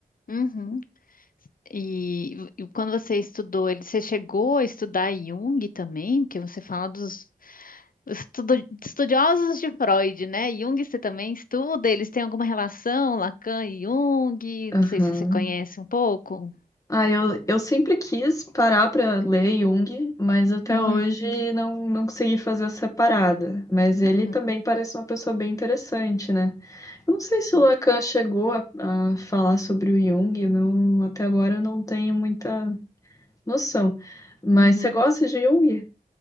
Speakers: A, on the left; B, on the left.
A: Uhum. E, e quando você estudou ele, você chegou a estudar Jung também? Porque você fala dos estudo- estudiosos de Freud, né? Jung você também estuda? Eles têm alguma relação, Lacan e Jung?
B: Aham.
A: Não sei se você conhece um pouco.
B: Ah, eu, eu sempre quis parar pra ler Jung, mas até
A: Uhum,
B: hoje não, não consegui fazer essa parada. Mas ele
A: uhum.
B: também parece uma pessoa bem interessante, né? Eu não sei
A: Sim.
B: se o Lacan chegou a, a falar sobre o Jung, eu não, até agora eu não tenho muita noção. Mas
A: Uhum.
B: você gosta de Jung?